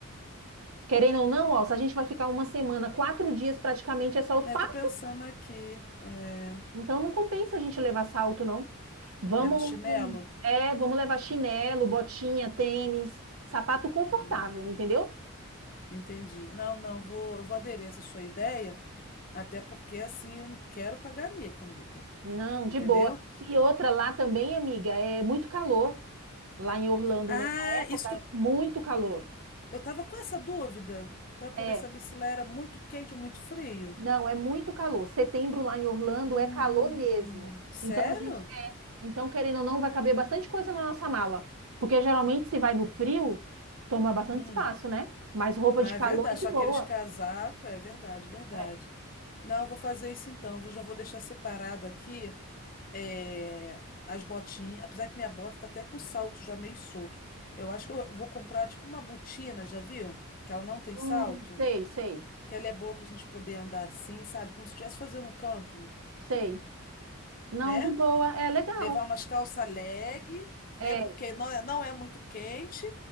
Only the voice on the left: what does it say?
É,
tô pensando aqui. é,
leva chinelo?
Hum.
Entendi. Não, não, vou, eu vou aderir a essa sua ideia, até porque assim eu não quero pagar mico, amiga.
Entendeu?
Ah,
isso que eu,
eu tava com essa dúvida para poder
saber se lá era muito quente ou muito frio.
Hum,
sério?
Hum.
Ah,
é
verdade.
Só
aqueles casacos, é verdade, verdade.
Não, eu vou fazer isso então. Eu já vou deixar separado aqui. é, as botinhas, apesar que minha bota tá até com salto já meio solto. Eu acho que eu vou comprar tipo uma botina, já viu? Que ela não tem
salto,
que ela é boa pra gente poder andar assim, sabe? Como se estivesse fazendo um camping,
né?
Levar umas calça leg, né?
Porque não é, não é muito quente,